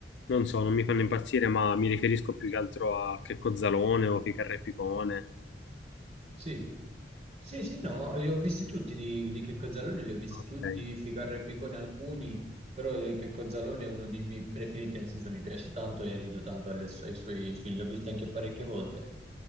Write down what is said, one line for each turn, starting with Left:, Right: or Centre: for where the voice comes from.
Left: Non so, non mi fanno impazzire, ma mi riferisco più che altro a Checco Zalone o Ficarra e Picone.
Right: Sì, sì, sì, no, li ho visti tutti di, di Checco Zalone, li ho visti
Left: Ok.
Right: tutti, Ficarra e Picone alcuni, però eh, Checco Zalone è uno dei miei preferiti, nel senso mi piace tanto e rido tanto alle su- ai suoi film, li ho visti anche parecchie volte.